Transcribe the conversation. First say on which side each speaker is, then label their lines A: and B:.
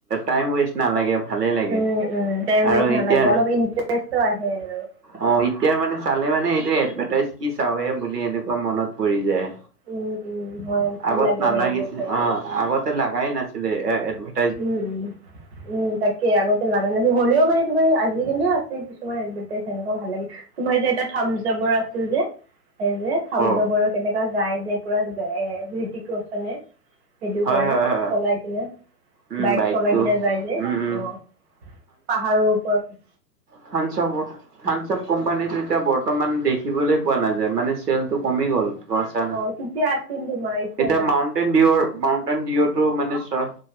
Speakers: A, on the right; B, on the right.
A: টাইম ৱেষ্ট নালাগে ভালেই লাগে।
B: উম উম টাইম
A: আৰু
B: ৱেষ্ট নালাগে,
A: এতিয়া
B: অলপ ইটাৰেষ্ট আহে আৰু।
A: অ এতিয়াৰ মানে চালে মানে এইটো এডভাৰটাইজ কি চাওহে বুলি এনেকুৱা মনত পৰি যায়।
B: উম, উম, হয় ভাল
A: আগত
B: লাগে
A: নালাগিছিল
B: সেইবোৰ চাই কিনে
A: অঁহ আগতে লগাই নাছিলে এ এ
B: উম। উম তাকে আগতে লগা নাছিল, হ'লেও মানে তোমাৰ আজিকালিও আছে কিছুমান এডভাৰটাইজ সেনেকুৱা ভাল লাগে। তোমাৰ যে এটা থাম্বচআপৰ আছে যে। এই যে থাম্বচআপৰ
A: অ
B: কেনেকুৱা যায় যে পুৰা এ ঋতিক ৰোচনে। সেইটো
A: হয়
B: কৰি
A: হয় হয়
B: চলাই কিনে।
A: উম
B: বাইক
A: বাইকটো
B: চলাই কিনে যাই যে,
A: উম উম
B: অঁ। পাহাৰৰ ওপৰত।
A: থাম্বচআপৰ থাম্বচআপ কোম্পানীটো এতিয়া বৰ্তমান দেখিবলৈ পোৱা নাযায়, মানে চেলটো কমি গ'ল। <unintelligible>
B: অ তেতিয়া আছিল তোমাৰ
A: এতিয়া
B: নাই
A: মাউণ্টেইন ভিউৰ মাউণ্টেইন ভিউটো মানে চোৱা